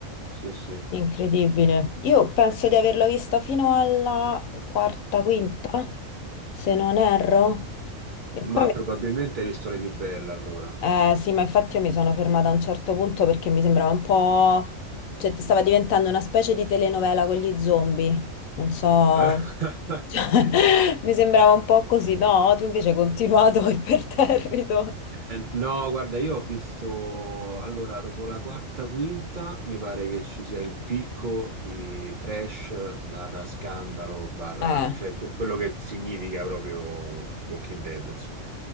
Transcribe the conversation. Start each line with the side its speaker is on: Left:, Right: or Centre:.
Right: sì, sì,
Left: incredibile. Io penso di averla vista fino alla quarta, quinta, se non erro. E poi
Right: ma
Left: mi
Right: probabilmente hai visto le più belle allora.
Left: Eh, sì, ma infatti io mi sono fermata a un certo punto perché mi sembrava un po'... cioè, stava diventando una specie di telenovela con gli zombie. Non so...
Right: <laughs>
Left: <laughs>
Right: Sì, sì.
Left: Mi sembrava un po' così, no? Tu invece hai continuato <laughs> imperterrito.
Right: Eh, No, guarda, io ho visto, allora, dopo la quarta, quinta, mi pare che ci sia il picco di trash barra scandalo barra,
Left: Eh,
Right: cioè que- quello che significa proprio Walking Dead, insomma.